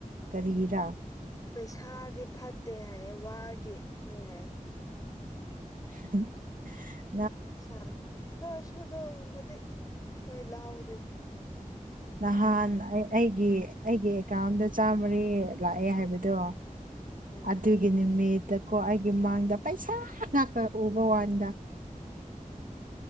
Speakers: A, on the right; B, on the left.
A: ꯀꯔꯤꯔꯥ
B: ꯄꯩꯁꯥꯗꯤ ꯐꯠꯇꯦ ꯍꯥꯏꯌꯦ ꯋꯥꯒꯤꯅꯤ ꯍꯥꯏꯌꯦ
A: <unintelligible>
B: ꯁꯥ ꯑꯗꯨꯑꯣꯏꯔꯁꯨ ꯑꯗꯨ ꯉꯝꯃꯗꯤ ꯑꯩꯈꯣꯏ ꯂꯧꯍꯧꯗꯣꯏꯕ
A: ꯅꯍꯥꯟ ꯑꯩ ꯑꯩꯒꯤ ꯑꯩꯒꯤ ꯑꯦꯀꯥꯎꯟꯗ ꯆꯥꯝꯃꯥꯔꯤ ꯂꯥꯛꯑꯦ ꯍꯥꯏꯕꯗꯣ
B: ꯎꯝ
A: ꯑꯗꯨꯏ ꯑꯩꯒꯤ ꯅꯨꯃꯤꯠꯇ ꯀꯣ ꯑꯩꯒꯤ ꯃꯥꯡꯗ ꯄꯩꯁꯥ ꯉꯥꯛꯇ ꯎꯕ ꯋꯥꯅꯤꯗ